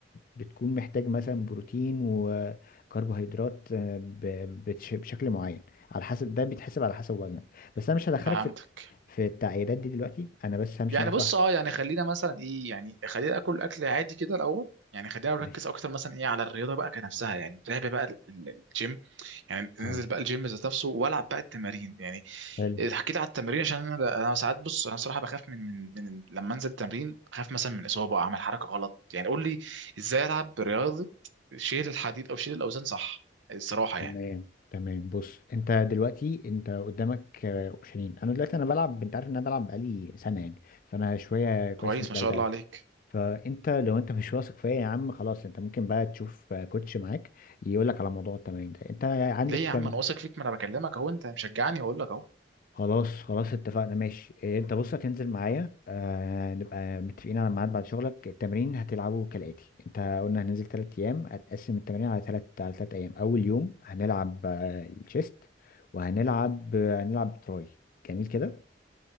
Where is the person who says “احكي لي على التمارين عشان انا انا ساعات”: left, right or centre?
Right